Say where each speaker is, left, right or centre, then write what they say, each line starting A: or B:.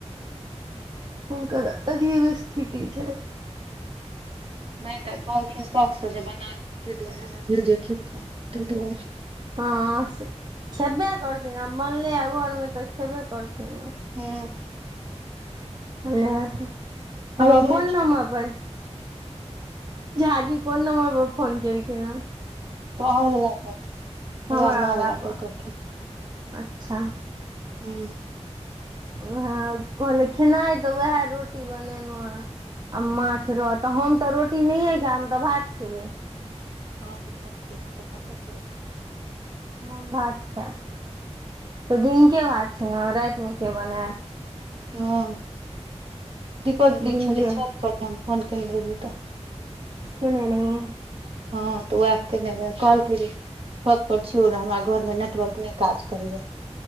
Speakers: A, on the right; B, on the right.
A: हुनकर अजीब स्थिति छैन।
B: नय तऽ कहलखिन शौखसँ जे बना लिय तय दुआरे हमरा भेल जे <unintelligible> तय दुआरे।
A: हँ से खेब्बे करथिन आ बनलैयै घरमे तऽ खेबे करथिन ने।
B: हूं-
A: लेत। अख्खन
B: हवा बहै
A: कोन
B: छै
A: नम्बर पर? झा जी कोन नम्बर पर फोन केलखिनहें?
B: तोहर वला पर। तकर
A: हमरा
B: बाद माँ
A: बला
B: वला
A: पर,
B: करतै
A: अच्छा।
B: हूं।
A: उएह कहले खेनाइ तऽ उएह रोटी बनेलहुँ आ माछ रहत हम तऽ रोटी नहियए खायब हम तऽ भात खेबै
B: हँ तऽ भात खै छ तऽ भाते खेलौ
A: हम भात खायब तऽ दिनके भात छै ने रातिमे के बनाय
B: हॅं। दीपक दीदी
A: दिनके
B: छलै छ पर हम फोन केने रहियै तऽ
A: केने रहियै।
B: हँ तऽ ओएह केने रहै कहल कय जे छत पर छियौ हमरा घर मे नेटवर्क नहि काज करैया।